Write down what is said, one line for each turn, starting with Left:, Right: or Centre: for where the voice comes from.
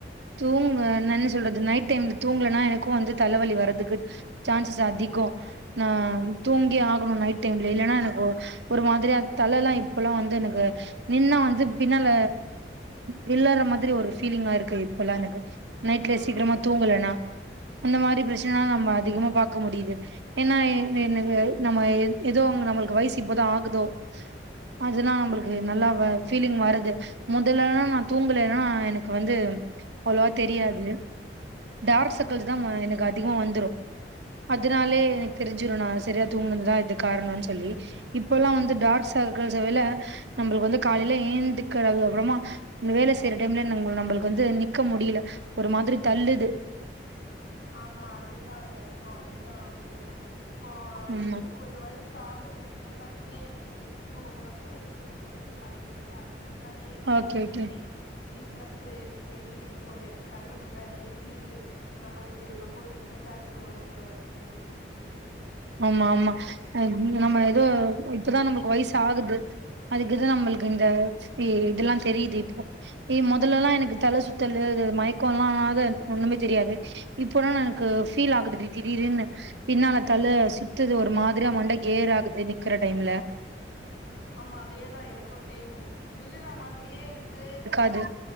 Right: தூங்க நா என்ன சொல்றது நைட் டைம்ல தூங்கலன்னா எனக்கு வந்து தலவலி வர்றதுக்கு சான்சஸ் அதிகோ நா தூங்கி ஆகணு நைட் டைம்ல இல்லன்னா எனக்கூ ஒரு மாத்ரியா தலல்லா இப்ப வந்து எனக்கு நின்னா வந் அது பின்னால விழார்ற மாதிரி ஒரு பீலிங்கா இருக்கு இப்பல்லா எனக்கு நைட்லே
Left: ஆ
Right: சீக்கிரமா தூங்கலனா அந்த மாத்ரி ப்ரச்சனைல்லா நம்ப அதிகமா பாக்க முடியுது ஏன்னா இன்னுக்கு நம்ம ஏதோ அங்க நம்மளுக்கு வய்சு இப்பதா ஆகுதோ அது நா நம்ளுக்கு நல்லா வ ஃபீலிங் வருது முதலெல்லா நா தூங்கலென்னா எனக்கு வந்து அவ்ளவா தெரியாது டார்க்
Left: ம்
Right: சர்க்கள்ஸ் தா எனக்கு அதிகோ வந்துரு அத்னாலே எனக்கு தெரிஞ்சிரு நா சரியா தூங்கினதுதான் இதுக்கு காரணோன்னு சொல்லி இப்பல்லா வந்து டார்க் சர்க்கள்ஸ் விழ நம்பளுக்கு வந்து காலைல ஏந்துக்கரறது அப்பறமா வேல செய்ற டைம்ல நம்பளுக்கு வந்து நிக்க முடியல ஒரு மாத்ரி தள்ளுது
Left: ஆமா அதுதா எனக்கு அதுதா ஆகுது இப்போ
Right: ஆமா
Left: முப்பது வய்சு ஆகுறதுக்கு முன்னாடியே இன்னு ஒரு வருஷோ இருக்கு முப்பது வய்சு ஆகுறதுக்கு அதுக் முன்னாடியே எனக்கு
Right: ஓகே
Left: எல்லாமே
Right: ஓகே
Left: வீக்னஸ் தெரியுது இப்பவே கண்ணு முன்னாடியே தெரியுது நம்மளுக் க்கு ரொம்ப வீக்னஸா இருக்கு ஒடம்பு அப்டின்ட்டு
Right: ஆமா ஆமா அ நீங்க நம்ம எதோ இப்பதான் நமக்கு வய்சு ஆகுது அதுக்குதா நமளுக்கு இந்த ஃபி இதெல்லா தெரியுது இப்போ எ முதல்லெல்லா எனக்கு தல சுத்தல மயக்கோ எல்லா ஆக ஒண்ணுமே தெரியாது இப்பன்னா னெக்கு ஃபீல் ஆகுதுடி திடீ திடீதுன்னு பின்னால தல சுத்துது ஒரு மாத்ரி மண்ட கேர் ஆகுது நிக்ற டைம்ல
Left: ஆமா அதேதா எனக்கு சேமு விழுற மாத்ரியே இருக்கு
Right: அது